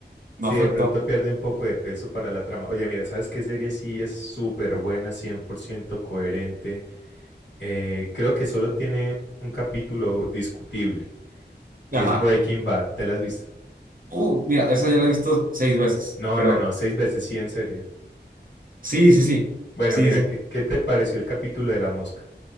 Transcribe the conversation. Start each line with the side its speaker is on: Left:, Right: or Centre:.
Right: No
Left: sí,
Right: afectó.
Left: de pronto pierde un poco de peso para la trama. Oye, mira, ¿sabes qué serie sí es súper buena, 100% coherente? Eh, creo que solo tiene un capítulo discutible. que
Right: Ajá.
Left: es Breaking Bad. ¿Te la has visto?
Right: Uh, mira, esa ya la he visto seis veces,
Left: No,
Right: creo.
Left: no, no, seis veces sí, en serio.
Right: Sí, sí, sí.
Left: Bueno,
Right: Sí,
Left: mira,
Right: sí,
Left: ¿qué, qué te pareció el capítulo de la mosca?